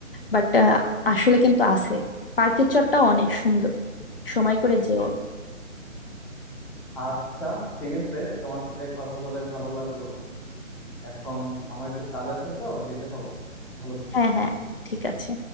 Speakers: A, on the left; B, in the centre.
A: বাট আসলে কিন্তু আছে পার্কের চটটা অনেক সুন্দর সময় করে যেও
B: আচ্ছা ঠিক আছে তোমার সাথে কথা বলে ভালো লাগলো এখন আমার একটু কাজ আছে তো যেতে হবে ভালো থেকো
A: হ্যাঁ হ্যাঁ ঠিক আছে